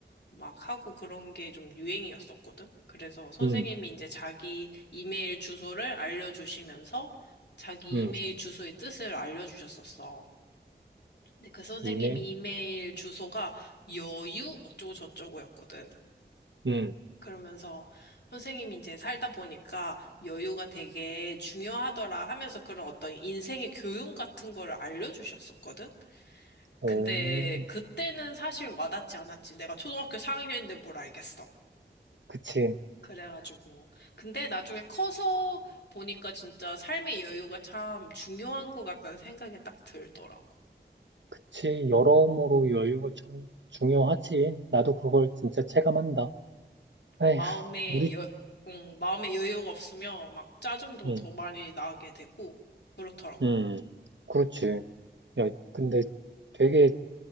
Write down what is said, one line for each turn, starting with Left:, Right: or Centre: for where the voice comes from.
Left: 막 하고 그런 게 좀 유행이었었거든? 그래서 선생님이
Right: 응,
Left: 이제 자기 이메일 주소를 알려주시면서 자기
Right: 응.
Left: 이메일 주소의 뜻을 알려주셨었어. 근데 그 선생님이
Right: 이메일?
Left: 이메일 주소가 여유 어쩌고 저쩌고였거든.
Right: 응.
Left: 그러면서 선생님이 이제 살다 보니까 여유가 되게 중요하더라 하면서 그런 어떤 인생의 교훈 같은 거를 알려주셨었거든?
Right: 오,
Left: 근데 그때는 사실 와닿지 않았지. 내가 초등학교 4학년인데 뭘 알겠어.
Right: 그치.
Left: 그래가지고. 근데 나중에 커서 보니까 진짜 삶의 여유가 참 중요한 것 같다는 생각이 딱 들더라고.
Right: 그치. 여러모로 여유가 참 중요하지. 나도 그걸 진짜 체감한다. 에휴,
Left: 마음에
Right: 우리,
Left: 여, 음, 마음에 여유가 없으면 막 짜증도
Right: 응,
Left: 더 많이 나게 되고, 그렇더라고.
Right: 응. 그렇지. 야, 근데 되게